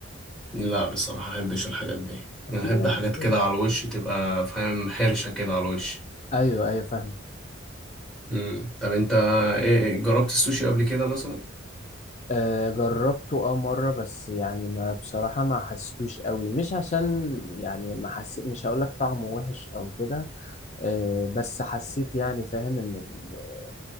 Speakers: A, in the centre; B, on the left.
A: لا بصراحة أحبش الحاجات دي
B: في
A: أنا أحب
B: ناس
A: حاجات
B: كده.
A: كده على الوش تبقى فاهم حرشة كده على الوش
B: ايوه ايوه فاهم
A: امم طب أنت إيه إيه، جربت السوشي قبل كده مثلا؟
B: آه، جربته اه مرة بس يعني ما بصراحة ما حسيتوش قوي مش عشان يعني ما حسيت مش هقول لك طعمه وحش او كده آه، بس حسيت يعني فاهم ان ال-